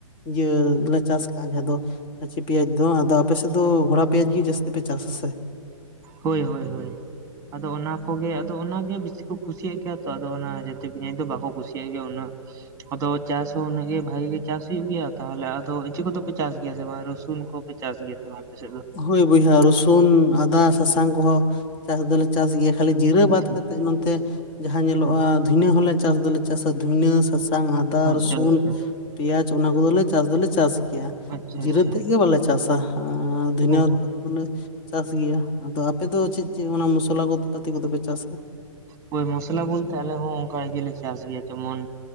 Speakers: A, on the left; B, on the right.
A: ᱤᱭᱟᱹ ᱞᱮ ᱪᱟᱥ ᱠᱟᱜᱼᱟ ᱡᱟᱦᱟᱸ ᱫᱚ ᱠᱷᱟᱹᱪᱤ ᱯᱮᱸᱭᱟᱡᱽ ᱫᱚ ᱟᱫᱚ ᱟᱯᱮ ᱥᱮᱫ ᱫᱚ ᱜᱷᱚᱲᱟ ᱯᱮᱭᱟᱡᱽ ᱜᱮ ᱡᱟᱹᱥᱛᱤ ᱯᱮ ᱪᱟᱥ ᱟ ᱥᱮ
B: ᱦᱳᱭ ᱦᱳᱭ ᱦᱳᱭ ᱟᱫᱚ ᱚᱱᱟ ᱠᱚᱜᱮ ᱟᱫᱚ ᱚᱱᱟᱜᱮ ᱵᱤᱥᱤ ᱠᱚ ᱠᱩᱥᱤᱭᱟᱜ ᱜᱮᱭᱟ ᱛᱚ ᱟ ᱚᱱᱟ ᱡᱚᱛᱚ ᱪᱷᱟᱪᱤ ᱯᱤᱡᱟᱽ ᱫᱚ ᱵᱟᱠᱚ ᱠᱩᱥᱤᱭᱟᱜ ᱜᱮᱭᱟ ᱩᱱᱟᱹᱜ᱾ ᱟᱫᱚ ᱪᱟᱥ ᱦᱚᱸ ᱩᱱᱟᱹᱜ ᱜᱮ ᱵᱷᱟᱜᱤ ᱜᱮ ᱪᱟᱥ ᱦᱩᱭᱩᱜ ᱜᱮᱭᱟ᱾ ᱛᱟᱦᱚᱞᱮ ᱟᱫᱚ ᱮᱪᱮᱫ ᱠᱚᱫᱚᱯᱮ ᱪᱟᱥ ᱜᱮᱭᱟ ᱥᱮ ᱵᱟᱝ ᱨᱚᱥᱩᱱ ᱠᱚ ᱪᱟᱥ ᱜᱮᱭᱟ ᱵᱟᱝ ᱟᱯᱮ ᱥᱮᱫ ᱫᱚ?
A: ᱦᱩᱭ ᱵᱚᱭᱦᱟ ᱨᱥᱩᱱ ᱟᱫᱟ ᱥᱟᱥᱟᱝ ᱠᱚᱦᱚ ᱪᱟᱥ ᱫᱚᱞᱮ ᱪᱟᱥ ᱜᱮᱭᱟ ᱠᱷᱟᱹᱞᱤ ᱡᱤᱨᱟᱹ
B: ᱦᱩᱸ
A: ᱵᱟᱫ
B: ᱟᱪᱪᱷᱟ
A: ᱠᱟᱛᱮᱫ ᱱᱚᱛᱮ ᱡᱟᱦᱟᱸ ᱧᱮᱞᱚᱜᱼᱟ
B: ᱚ
A: ᱫᱤᱱᱟᱹ ᱦᱚᱸᱞᱮ ᱪᱟᱥ ᱫᱚᱞᱮ ᱪᱟᱥᱟ ᱫᱷᱩᱱᱟᱹ ᱥᱟᱥᱟᱝ ᱟᱫᱟ
B: ᱟᱪᱪᱷᱟ
A: ᱨᱚᱥᱩᱱ
B: ᱟᱪᱪᱷᱟ
A: ᱯᱮᱸᱭᱟᱡᱽ ᱚᱱᱟ ᱠᱚ ᱫᱚᱞᱮ ᱪᱟᱥ ᱜᱮᱭᱟ
B: ᱟᱪᱪᱷᱟ
A: ᱡᱤᱨᱟᱹ
B: ᱟᱪᱪᱷᱟ
A: ᱛᱮᱫ ᱜᱮ ᱵᱟᱞᱮ ᱪᱟᱥ ᱟ ᱫᱷᱚᱱᱤᱭᱟᱹ
B: ᱚ
A: ᱯᱟᱛᱤ ᱫᱚᱞᱮ ᱪᱟᱥ ᱜᱮᱭᱟ᱾ ᱟᱫᱚ ᱟᱯᱮᱫᱚ ᱪᱮᱫ ᱪᱮᱫ ᱚᱱᱟ ᱢᱚᱥᱞᱟ ᱠᱚ ᱯᱟᱛᱤ ᱠᱚᱫᱚᱯᱮ ᱪᱟᱥᱟ?
B: ᱦᱳᱭ ᱢᱚᱥᱞᱟ ᱵᱚᱞᱛᱮ ᱟᱞᱮ ᱦᱚᱸ ᱚᱱᱠᱟ ᱜᱮᱞᱮ ᱪᱟᱥ ᱜᱮᱭᱟ ᱡᱮᱢᱚᱱ